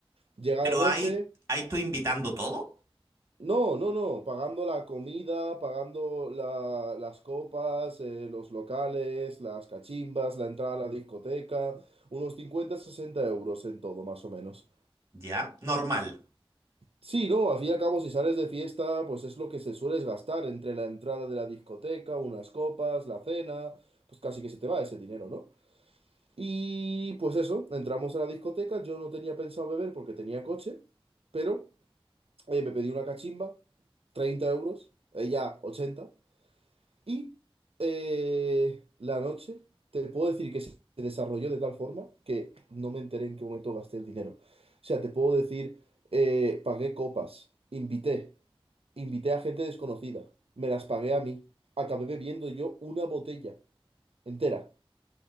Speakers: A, on the right; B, on the right.
A: Llega
B: Pero
A: la noche.
B: ahí, ahí tú invitando todo,
A: No, no, no, pagando la comida, pagando la- las copas, eh, los locales, las cachimbas, la entrada a la discoteca, unos cincuenta sesenta euros en todo, más o menos.
B: ¿ya? Normal.
A: Sí, no, al fin y al cabo, si sales de fiesta, pues es lo que se sueles gastar entre la entrada de la discoteca, unas copas, la cena, pues casi que se te va ese dinero, ¿no? Y pues eso, entramos a la discoteca, yo no tenía pensado beber porque tenía coche, pero eh, me pedí una cachimba, 30 euros, ella ochenta Y eh, la noche, te puedo decir que se desarrolló de tal forma que no me enteré en qué momento gasté el dinero. O sea, te puedo decir, eh, pagué copas, invité, invité a gente desconocida, me las pagué a mí, acabé bebiendo yo una botella entera.